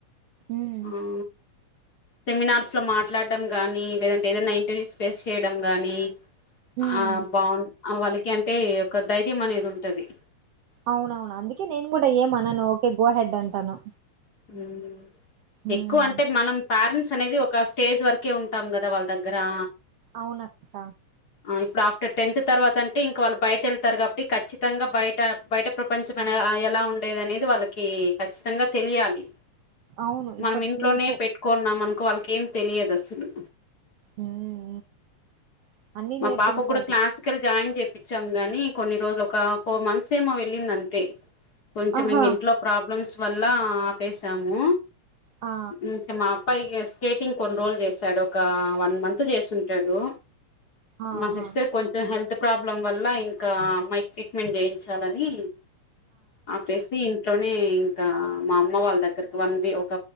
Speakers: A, on the right; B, on the left.
A: ఉమ్
B: ఆ సెమినార్స్ లో మాట్లాడ్డం గాని లేదంటే ఏదైనా ఇంటర్వ్యూస్ ఫేస్ చేయడం గాని
A: ఉమ్
B: ఆ బావున్ అ వాళ్ళకి అంటే ఒక ధైర్యం అనేది ఉంటది.
A: అవునవును అందుకే నేను కూడా ఏమ్ అన్నాను ఓకే గోహెడ్ అంటాను
B: ఉమ్
A: ఉమ్,
B: ఎక్కువ అంటే మనం పారెంట్స్ అనేది ఒక స్టేజ్ వరకే ఉంటాం కదా వాళ్ళ దగ్గరా
A: అవునక్క
B: ఇప్పుడు ఆఫ్టర్ టెన్త్ తర్వాతంటే ఇంకా వాళ్ళు బయట వెళ్తారు కాబట్టి ఖచ్చితంగా బయట బయట ప్రపంచమైన ఎలా ఉండేదనేది వాళ్ళకి ఖచ్చితంగా తెలియాలి
A: అవును ఇప్పటి
B: మనం ఇంట్లోనే
A: నుంచే
B: పెట్టుకోన్నాం అనుకో ఆళ్ళకేం తెలియదు అసలు
A: ఉమ్మ్ ఉమ్ అన్నీ
B: మా
A: నేర్పించాలి
B: పాప గూడ క్లాసికల్ జాయిన్ చెప్ చాం గాని కొన్ని రోజులు ఒక ఫోర్ మంత్స్ ఏమో వెళ్ళిందంతే కొంచెం
A: ఆహా
B: ఇంగ ఇంట్లో ప్రాబ్లమ్స్ వల్ల ఆ వేసాము
A: ఆ
B: ఉమ్ మా అబ్బయి ఏస్ స్కేటింగ్ కొన్ని రోజులు చేసాడు ఒకా వన్ మంత్ చేసుంటాడు.
A: ఆ
B: మా సిస్టర్
A: ఆ
B: కొంచెం హెల్త్ ప్రాబ్లం వల్ల ఇంకా అమ్మాయికి ట్రీట్మెంట్ చేయించాలని ఆ ప్లేస్విమ్ ఇంట్లోనే ఇంకా మా అమ్మ వాళ్ళ దగ్గరకి వన్ వీ ఒక